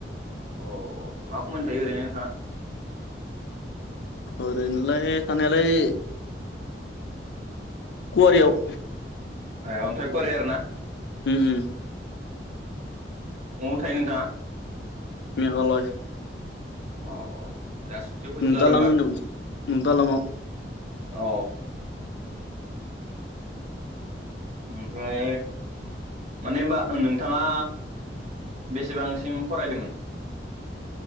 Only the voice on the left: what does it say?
ओरैनोलाय थाखाया लाय खुवारिआव
उम उम।
मेघालय।
ओम
<unintelligible>
दालाङाव।